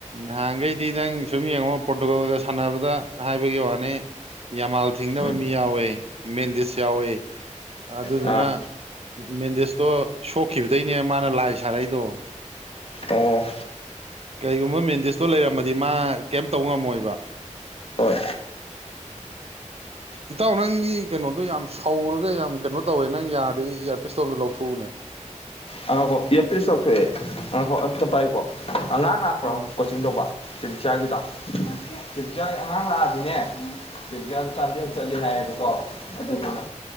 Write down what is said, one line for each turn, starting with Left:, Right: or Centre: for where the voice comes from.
Right: ꯅꯍꯥꯟꯈꯩꯗꯤ ꯅꯪ ꯁꯨꯝ ꯌꯦꯡꯉꯣ ꯄꯣꯔꯇꯨꯒꯜꯒ ꯁꯥꯟꯅꯕꯗ ꯍꯥꯏꯕꯒꯤ ꯋꯥꯅꯤ ꯌꯥꯃꯥꯜ ꯊꯤꯡꯅꯕ
Left: ꯎꯝ
Right: ꯃꯤ ꯌꯥꯎꯋꯦ ꯃꯦꯟꯗꯤꯁ ꯌꯥꯎꯋꯦ ꯑꯗꯨꯗꯨꯅ
Left: ꯑꯥ
Right: ꯃꯦꯟꯗꯤꯁꯇꯣ ꯁꯣꯛꯈꯤꯕꯗꯩꯅꯦ ꯃꯥꯅ ꯂꯥꯏ ꯁꯥꯔꯛꯏꯗꯣ
Left: ꯑꯣ
Right: ꯀꯩꯒꯨꯝꯕ ꯃꯦꯟꯗꯦꯁꯇꯣ ꯂꯩꯔꯝꯃꯗꯤ ꯃꯥ ꯀꯩꯝ ꯇꯧ ꯉꯝꯃꯣꯏꯕ
Left: ꯍꯣꯏ
Right: ꯏꯇꯥꯎ ꯅꯪꯒꯤ ꯀꯩꯅꯣꯗꯣ ꯌꯥꯝ ꯁꯧꯔꯒ ꯌꯥꯝ ꯀꯩꯅꯣ ꯇꯧꯋꯦ ꯅꯪ ꯌꯥꯔꯗꯤ ꯏꯌꯥꯔꯄꯤꯁꯇꯣ ꯑꯝꯇ ꯂꯧꯊꯣꯛꯎꯅꯦ
Left: ꯑ ꯉꯥꯏꯈꯣ ꯏꯌꯥꯔꯄꯤꯁ ꯂꯧꯊꯣꯛꯑꯦ ꯑ ꯉꯥꯏꯈꯣ ꯑꯝꯇ ꯄꯥꯏꯌꯨꯀꯣ ꯑꯉꯥꯡ ꯂꯥꯛꯄ꯭ꯔꯣ
Right: ꯑꯥ
Left: ꯀꯣꯆꯤꯡ ꯇꯧꯕ ꯊ‌ꯣꯏꯕꯤꯆꯥꯒꯤꯗꯣ ꯊ‌ꯣꯏꯕꯤꯆꯥꯒꯤ ꯑꯉꯥꯡ ꯂꯥꯛꯑꯗꯤꯅꯦ ꯊ‌ꯣꯏꯕꯤꯆꯥꯗ‌ꯣ ‌ꯆꯥꯟꯗ‌ꯦꯜ ꯆꯠꯂꯤ ꯍꯥꯏꯌꯦꯕꯀꯣ ꯑꯗꯨꯗꯨꯅ